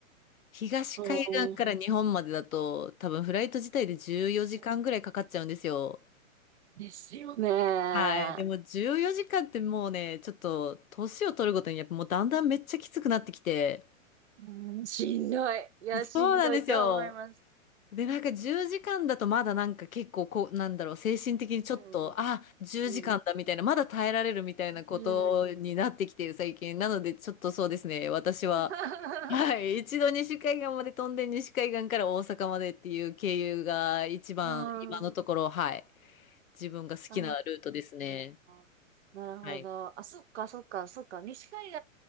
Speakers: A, on the left; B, on the right.
A: 東海岸から日本までだと、
B: あー、
A: 多分フライト自体で14時間ぐらいかかっちゃうんですよ。
B: そうですよね。
A: はい。でも14時間ってもうね、ちょっと年を取るごとにやっぱもうだんだんめっちゃきつくなってきて。
B: うん、しんどい。いや、しんどいと思います。
A: そうなんですよ。で、なんか10時間だとまだなんか結構こう、なんだろう、精神的にちょっと、
B: うん、
A: あ、10時間だみたいな、
B: うん、
A: まだ耐えられるみたいなことになってきてる最近。
B: うん。
A: なのでちょっとそうですね、私は、
B: <laughs>
A: はい。一度西海岸まで飛んで西海岸から大阪までっていう経由が一番今のところ、
B: うん、
A: はい。自分が好きなルートですね。
B: ああ、なるほど。
A: はい。
B: あ、そっか、そっか、そっか、西海